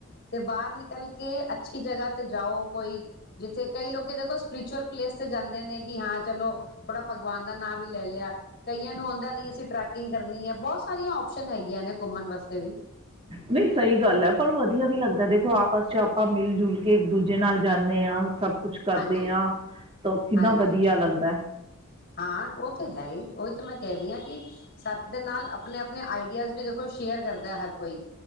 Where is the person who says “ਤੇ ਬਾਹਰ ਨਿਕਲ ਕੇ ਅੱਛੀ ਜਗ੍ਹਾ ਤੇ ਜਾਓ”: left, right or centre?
Left